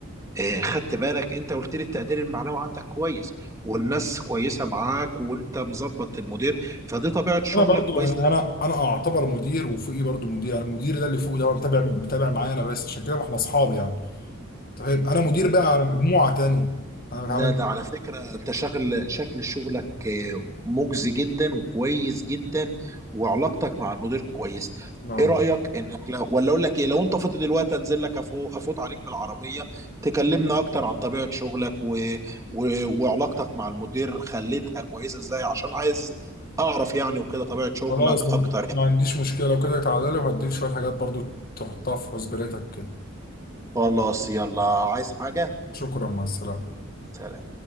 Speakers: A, on the right (about 15°); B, on the left (about 45°).
A: آه، خدت بالك انت قلت لي التقدير المعنوي عندك كويس والناس كويسه معاك وانت مظبط المدير فدي طبيعه شغلك
B: انا برضو
A: كويسه
B: انا انا انا اعتبر مدير وفوقي برضو مدير يعني المدير ده اللي فوق ده هو متابع متابع معايا انا بس عشان كده ما احنا اصحاب يعني أنت فاهم انا مدير بقى على مجموعه تانية انا بتعامل
A: لا ده على فكرة انت شغل شكل شغلك آه، مجزي جدا وكويس جدا وعلاقتك مع المدير كويس
B: اه
A: ايه رأيك انك لو ولا اقول لك ايه لو انت فاضي دلوقتي انزل لك أفو... افوت عليك بالعربية تكلمنا اكتر عن طبيعة شغلك و... و... وعلاقتك مع المدير خليتها كويسة ازاي عشان عايز اعرف يعني وكده طبيعة شغلك
B: خلاص ما
A: اكتر يعني
B: ما عنديش مشكله لو كده تعالى لي وهديك شويه حاجات برضو تحطها في حسبانيتك كده
A: خلاص يلا عايز حاجة
B: شكرا مع السلامه
A: سلام